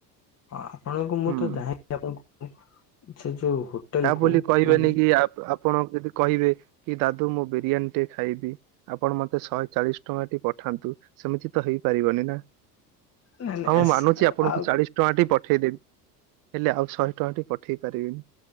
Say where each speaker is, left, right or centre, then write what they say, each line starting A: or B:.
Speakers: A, on the left; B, on the right.
A: ଆପଣଙ୍କୁ ମୁଁ
B: ହୁଁ।
A: ତ ଯା ଆପଣଙ୍କୁ ସେ ଯୋଉ ହୋଟେଲ
B: ତା
A: କୁ
B: ବୋଲି କହିବେନି
A: ମାନେ ନାଇଁ
B: କି ଆ ଆପଣ ଯଦି କହିବେ କି ଦାଦୁ ମୁଁ ବିରିୟାନୀ ଟେ ଖାଇବି ଆପଣ ମତେ ଶହେ ଚାଳିଶ ଟଙ୍କା ଟି ପଠାନ୍ତୁ। ସେମିତି ତ ହେଇପାରିବନି ନା
A: ନାଇଁ
B: ହଁ ମୁଁ
A: ଆସ
B: ମାନୁଛି ଆପଣଙ୍କୁ
A: ଆଉ
B: ଚାଳିଶି ଟଙ୍କା ଟି ପଠେଇଦେବି। ହେଲେ ଆଉ ଶହେ ଟଙ୍କାଟି ପଠେଇ ପାରିବିନି।